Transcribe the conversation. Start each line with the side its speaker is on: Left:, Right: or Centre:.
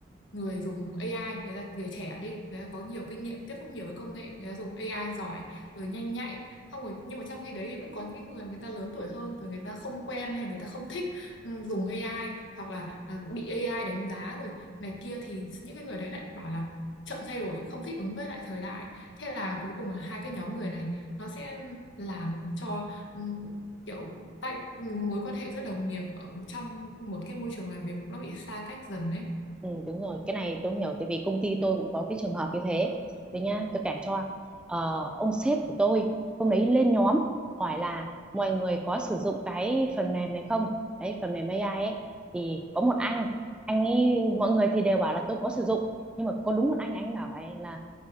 Left: người dùng AI, người ta người trẻ đi, người ta có nhiều kinh nghiệm tiếp xúc nhiều với công nghệ, người ta dùng AI giỏi, rồi nhanh nhạy. Xong rồi nhưng mà trong khi đấy thì vẫn có những cái người mà người ta lớn tuổi hơn rồi người ta không quen hay là người ta không thích ừ, dùng AI hoặc là à, bị AI đánh giá rồi này kia thì những cái người đấy lại bảo là chậm thay đổi không thích ứng với lại thời đại thế là cuối cùng là hai cái nhóm người này nó sẽ làm cho ừm, kiểu tại mối quan hệ giữa đồng nghiệp ở trong một cái môi trường làm việc nó bị xa cách dần đấy
Centre: Ừ, đúng rồi cái này tôi hiểu tại vì công ty tôi cũng có cái trường hợp như thế đấy nhá tôi kể cho Ờ, ông sếp của tôi hôm đấy lên nhóm hỏi là mọi người có sử dụng cái phần mềm này không đấy phần mềm AI ấy thì có một anh anh ấy mọi người thì đều bảo là tôi có sử dụng nhưng mà có đúng một anh anh bảo ấy là